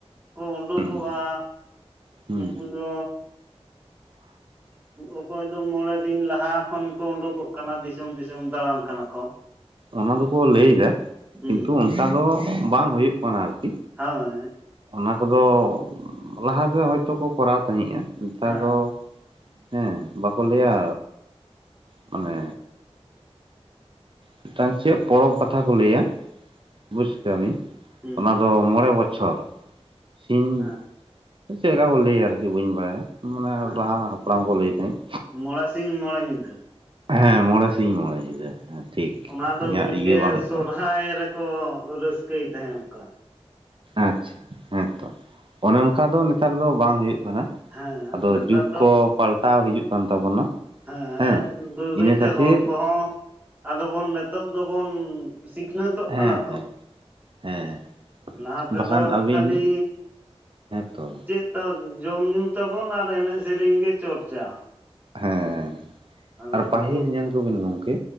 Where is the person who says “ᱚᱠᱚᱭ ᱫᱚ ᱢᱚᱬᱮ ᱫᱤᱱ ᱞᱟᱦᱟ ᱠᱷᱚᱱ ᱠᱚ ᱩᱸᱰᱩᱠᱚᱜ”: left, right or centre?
Right